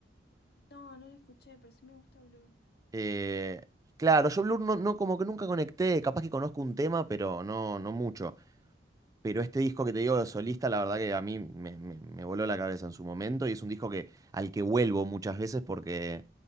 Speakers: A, on the left; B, on the right.
A: No, no lo escuché, pero sí me gusta Blur.
B: Eh, claro, yo Blur no, no- como que nunca conecté, capaz que conozco un tema, pero no, no mucho. Pero este disco que te digo de solista, la verdad que a mí me, me- me voló la cabeza en su momento y es un disco que, al que vuelvo muchas veces porque,